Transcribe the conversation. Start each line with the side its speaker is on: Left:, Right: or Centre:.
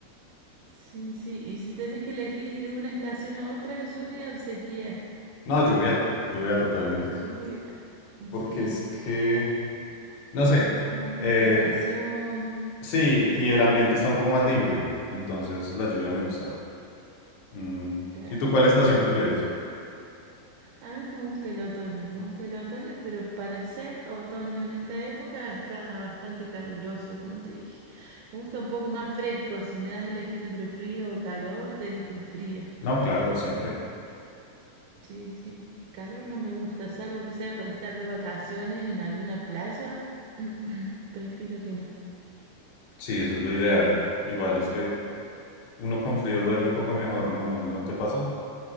Right: Sí, sí, y si tenés que elegir una estación a otra, lluvia o sequía.
Left: No, lluvia, lluvia totalmente,
Right: Lluvia,
Left: porque
Right: sí,
Left: es que, no sé.
Right: más
Left: eh,
Right: vegetación.
Left: Sí, y el ambiente está un poco más limpio, entonces la lluvia
Right: Sí,
Left: me gusta. Mm,
Right: claro.
Left: ¿Y tú cuál estación prefieres?
Right: A mí me gusta el otoño, me gusta el otoño, pero para ser otoño en esta época está bastante caluroso, como te dije. Me gusta un poco más fresco, si me das a elegir entre frío o calor, te elijo el frío.
Left: No, claro, siempre.
Right: Sí, sí, el calor no me gusta, salvo que sea para estar de vacaciones en alguna playa, <clears throat> prefiero que no.
Left: Sí, eso es lo ideal. Igual es que uno con frío duerme un poco mejor, ¿no? ¿No, no te pasa?